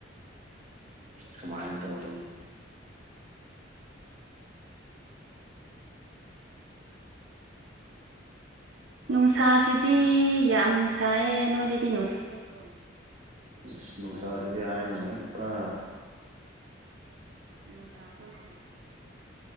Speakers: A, on the right; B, on the right.
A: ꯀꯃꯥꯏꯟ ꯇꯧꯗꯣꯏꯅꯣ
B: ꯅꯨꯡꯁꯥꯁꯤꯗꯤ ꯌꯥꯝ ꯁꯥꯏꯌꯦ ꯅꯣꯏꯗꯗꯤ ꯅꯨꯡꯁꯥ ꯊꫭꯛꯗ꯭ꯔꯣ
A: ꯑꯁ ꯅꯨꯡꯁꯥꯁꯤꯗꯤ ꯍꯥꯏꯔꯤꯅꯣꯏ ꯄꯨꯔꯥ
B: ꯅꯨꯡꯁꯥ ꯊꯣꯛꯇ꯭ꯔꯣ